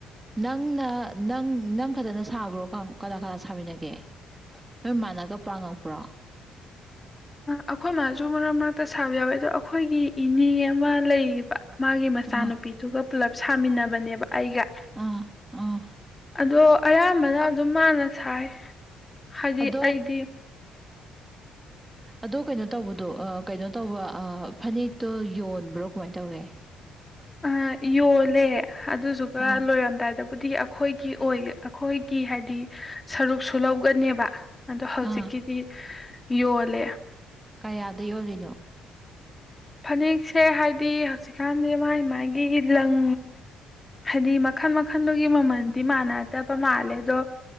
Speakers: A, on the right; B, on the left.
A: ꯅꯪꯅ ꯅꯪ ꯅꯪ ꯈꯛꯇꯅ ꯁꯥꯕ꯭ꯔꯣ ꯀꯅꯥ ꯀꯅꯥ ꯁꯥꯃꯤꯟꯅꯒꯦ ꯅꯣꯏ ꯃꯥꯟꯅꯒ ꯄ꯭ꯔꯥꯉꯛꯄ꯭ꯔꯣ
B: ꯑꯩꯈꯣꯏ ꯃꯥꯁꯨ ꯃꯔꯛ ꯃꯔꯛꯇ ꯁꯥꯕ ꯌꯥꯎꯋꯦ ꯑꯗꯣ ꯑꯩꯈꯣꯏꯒꯤ ꯏꯅꯦ ꯑꯃ ꯂꯩꯌꯦꯕ ꯃꯥꯒꯤ ꯃꯆꯥꯅꯨꯄꯤꯗꯨꯒ
A: ꯑꯥ
B: ꯄꯨꯂꯞ ꯁꯥꯃꯤꯟꯅꯕ ꯅꯦꯕ ꯑꯩꯒ
A: ꯑꯥ ꯑꯥ
B: ꯑꯗꯣ ꯑꯌꯥꯝꯕꯅ
A: ꯑ-
B: ꯑꯗꯨꯝ ꯃꯥꯥꯟꯅ ꯁꯥꯏ ꯍꯥꯏꯗꯤ
A: ꯑꯗꯣ
B: ꯑꯩꯗꯤ
A: ꯑꯗꯣ ꯀꯩꯅꯣ ꯇꯧꯕꯗꯣ ꯀꯩꯅꯣ ꯇꯧꯕ ꯐꯅꯦꯛꯇꯣ ꯌꯣꯟꯕ꯭ꯔꯣ ꯀꯃꯥꯏꯅ ꯇꯧꯏꯦ
B: ꯑ ꯌꯣꯂꯦ ꯑꯗꯨꯗꯨꯒ
A: ꯑꯥ
B: ꯂꯣꯏꯔꯝꯗꯥꯏꯗ ꯗꯤꯒꯤ ꯑꯩꯈꯣꯏꯒꯤ ꯑꯣꯏ ꯑꯩꯈꯣꯏꯒꯤ ꯍꯥꯏꯗꯤ ꯁꯔꯨꯛꯁꯨ ꯂꯧꯒꯅꯦꯕ ꯑꯗꯣ ꯍꯧꯖꯤꯛꯀꯤꯗꯤ
A: ꯑꯥ
B: ꯌꯣꯂꯦ
A: ꯀꯌꯥꯗ ꯌꯣꯜꯂꯤꯅꯣ
B: ꯐꯅꯦꯛꯁꯦ ꯍꯥꯏꯗꯤ ꯍꯧꯖꯤꯛꯀꯥꯟꯗꯤ ꯃꯥꯒꯤ ꯃꯥꯒꯤ ꯂꯪ ꯍꯥꯏꯗꯤ ꯃꯈꯜ ꯃꯈꯜꯗꯨꯒꯤ ꯃꯃꯜꯗꯤ ꯃꯥꯟꯅꯗꯕ ꯃꯥꯜꯂꯦ ꯑꯗꯣ